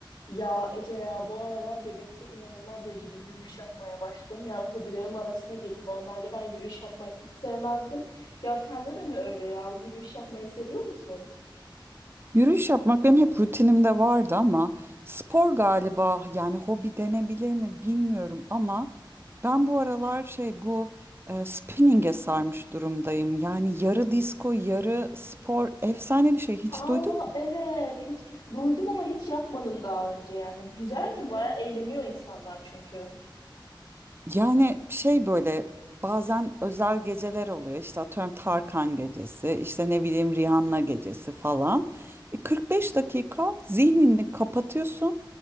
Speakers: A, on the left (about 85°); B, on the right (about 30°).
A: Ya Ece ya bu aralar Bebek'te inanılmaz derecede yürüyüş yapmaya başladım. Yani hobilerim arasına girdi. Normalde ben yürüyüş yapmayı hiç sevmezdim. Ya sende de mi öyle ya? Yürüyüş yapmayı seviyor musun?
B: Yürüyüş yapmak benim hep rutinimde vardı ama spor galiba yani hobi denebilir mi bilmiyorum ama ben bu aralar şey bu e, spinning'e sarmış durumdayım. Yani yarı disco yarı spor efsane bir şey hiç
A: Aa
B: duydun mu?
A: evet hiç duydum ama hiç yapmadım daha önce yani. Güzel mi? Baya eğleniyor insanlar çünkü.
B: Yani şey böyle bazen özel geceler oluyor işte atıyorum Tarkan gecesi işte ne bileyim Rihanna gecesi falan. E, 45 dakika zihnini kapatıyorsun